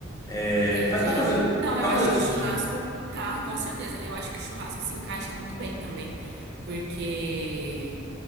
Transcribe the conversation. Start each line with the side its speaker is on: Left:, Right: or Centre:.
Left: É,
Right: entendi.
Left: fa- tá fazendo,
Right: Não, eu
Left: tá
Right: acho
Left: fazendo
Right: que
Left: sentido
Right: o churrasco, tá, com certeza. Eu acho que o churrasco se encaixa muito bem também, porque